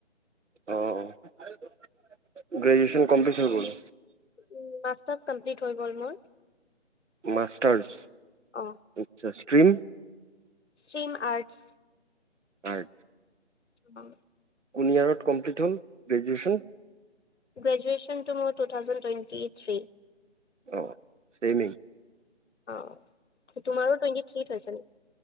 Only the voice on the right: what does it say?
অ অ গ্ৰেজুুৱেচন কমপ্লিট হৈ গ'ল
মাষ্টাৰ্ছ
আচ্ছা ষ্ট্ৰিম
হয়
কোন ইয়াৰত কমপ্লিট হ'ল গ্ৰেজুৱেচন
অ চেইমিং।